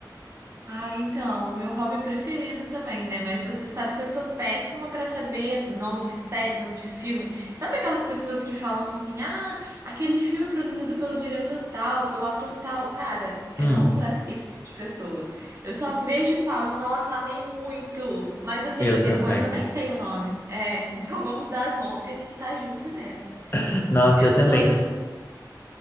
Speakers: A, on the right (about 40°); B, on the left (about 30°).
A: Ah, então, meu hobby preferido também, né? Mas você sabe que eu sou péssima pra saber nome de série, nome de filme. Sabe aquelas pessoas que falam assim: "Ah, aquele filme produzido pelo diretor tal, pelo ator tal". Cara, eu
B: Hum,
A: não sou essa- esse tipo de pessoa. Eu só vejo e falo: "Nossa, amei muito". Mas assim,
B: eu
A: depois
B: também.
A: eu nem sei o nome. É, <laughs> então vamos dar as mãos que a gente tá junto nessa.
B: <laughs> Nossa,
A: Eu
B: eu
A: sou
B: também.
A: do